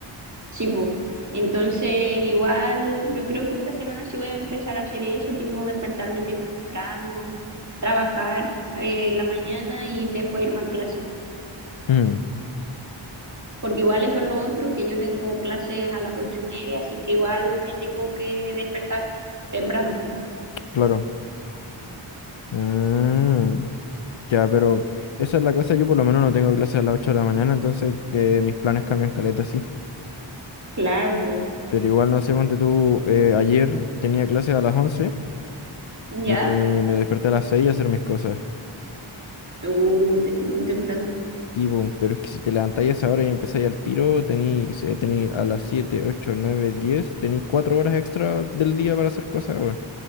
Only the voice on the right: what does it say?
Sí, po. Entonces, igual yo creo que esta semana sí voy a empezar a hacer eso, tipo despertarme temprano, trabajar eh, en la mañana y después irme a clase.
Porque igual eso es lo otro, que yo tengo clases a las ocho y media, así que igual me tengo que despertar temprano, pues.
Claro, pues.
¿Ya?
Uh, te- muy temprano.